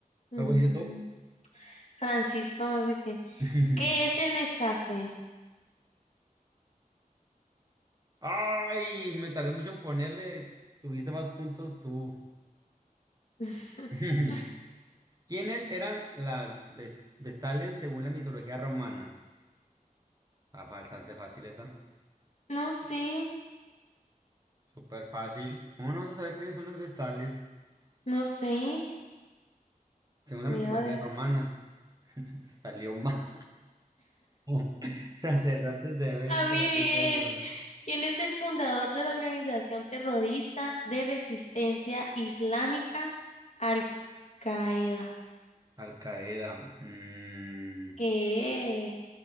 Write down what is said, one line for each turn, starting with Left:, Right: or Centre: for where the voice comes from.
Left: Mm,
Right: ¿Cómo dices tú?
Left: Francisco, no sé qué.
Right: <laughs>
Left: ¿Qué es el Nescafé?
Right: Ay, me tardé mucho en ponerle. Tuviste más puntos tú.
Left: <laughs>
Right: <laughs> ¿Quiénes eran las ves- vestales según la mitología romana? Está bastante fácil esa.
Left: No sé,
Right: Súper fácil. ¿Cómo no vas a saber quiénes son las vestales
Left: no sé.
Right: según la
Left: Voy
Right: mitología
Left: a ver.
Right: romana? <laughs> Salió mal. <laughs> Sacerdotes de Vestas,
Left: A mí bien.
Right: diosa del hogar.
Left: ¿Quién es el fundador de la organización terrorista de resistencia islámica Al-Qaeda?
Right: Al Qaeda. mm,
Left: ¿Qué?